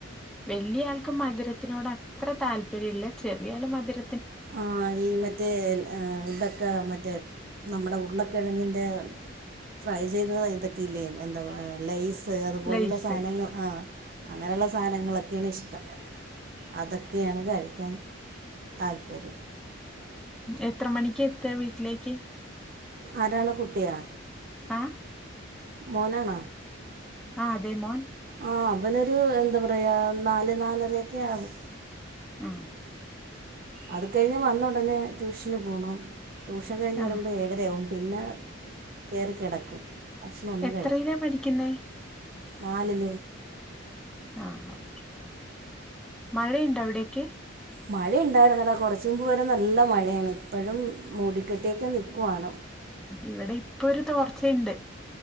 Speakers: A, in the centre; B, on the right.
A: വലിയ ആൾക്കും മധുരത്തിനോട് അത്ര താല്പര്യമില്ല. ചെറിയ ആള് മധുര
B: ആഹ് ഈ മറ്റേ ഇതക്കെ മറ്റേ നമ്മുടെ ഉരുളക്കിഴങ്ങിൻ്റെ ഫ്രൈ ചെയ്ത ഇതൊക്കെ ഇല്ലെ എന്താ ലൈസ് അതുപോലുള്ള
A: ലൈസ്
B: സാധനങ്ങൾ ആ അങ്ങനെയുള്ള സാധനങ്ങളൊക്കെയാണ് ഇഷ്ടം. അതൊക്കെയാണ് കഴിക്കാൻ താല്പ ശരി.
A: എത്ര മണിക്ക് എത്തയ വീട്ടിലേക്ക്?
B: ആരാണ് കുട്ടിയാ
A: <inaudible>
B: മോനാണോ?
A: അതെ മോൻ.
B: ആ അവനൊരു എന്താ പറയാ നാല് നാലരൊക്കെ ആകും.
A: ആ
B: അത് കഴിഞ് വന്ന ഉടനെ ട്യൂഷന് പോകണം. ട്യൂഷൻ കഴിഞ്ഞ്
A: ആ
B: വരുമ്പോൾ ഏഴരയാവും. പിന്നെ കയറി കിടക്കും. ഭക്ഷണമൊന്നും
A: എത്രയിലേ പഠിക്കുന്നേ
B: നാലിൽ
A: ആഹ ഒക്കെ മഴയുണ്ടോ അവിടേക്ക്?
B: മഴയ ഉണ്ടായിരുന്നടാ കുറച്ച മുമ്പ് വരെ നല്ല മഴയാണ്. ഇപ്പോഴും മൂടിക്കെട്ടേൊക്കെ നിൽക്കുവയാണ്
A: ഇവിടെ ഇപ്പൊ ഒരു തോർച്ചുണ്ട്.